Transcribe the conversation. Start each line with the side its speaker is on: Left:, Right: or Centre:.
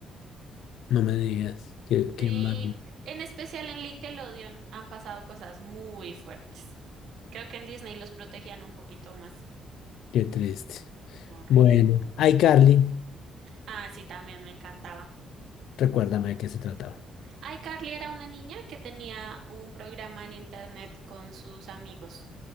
Left: No me digas, qué, qué
Right: Sí,
Left: mal,
Right: en especial en Nickelodeon han pasado cosas muy fuertes. Creo que en Disney los protegían un poquito más.
Left: qué triste.
Right: no, Horrible.
Left: Bueno, iCarly,
Right: Ah, sí, también me encantaba.
Left: recuérdame de qué se trataba.
Right: Ay, Carly era una niña que tenía un programa en internet con sus amigos.